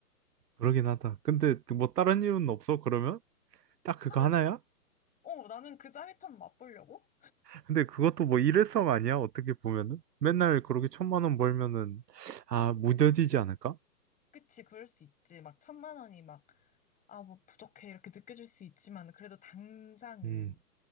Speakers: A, on the right (about 85°); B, on the left (about 15°).
A: 그러긴 하다. 근데 그 뭐 다른 이유는 없어, 그러면? 딱 그거
B: 짜릿해.
A: 하나야?
B: 어, 나는 그 짜릿함 맛보려고?
A: 근데 그것도 뭐 일회성 아니야? 어떻게 보면은? 맨날 그렇게 천만 원 벌면은, 아, 무뎌지지 않을까?
B: 그치, 그럴 수 있지. 막 천만 원이 막, 아, 뭐 부족해. 이렇게 느껴질 수 있지만, 그래도 당장은.
A: 음,